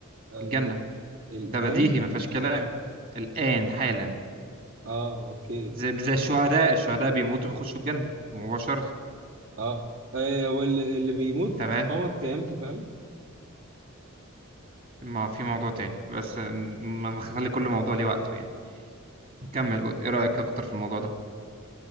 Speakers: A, on the right; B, on the right.
A: آه،
B: في الجنة
A: الآن
B: ده بديهي ما فيهاش كلام الآن حالا
A: اه اوكي
B: زي, زي الشهداء الشهداء بيموتوا بيخشوا الجنة مباشرة
A: اه آه، هو اللي, اللي بيموت
B: تمام
A: قامت قيامته فعلا
B: ما في موضوع تاني بس ما نخلي كل موضوع ليه وقته يعني نكمل ايه رأيك اكتر في الموضوع ده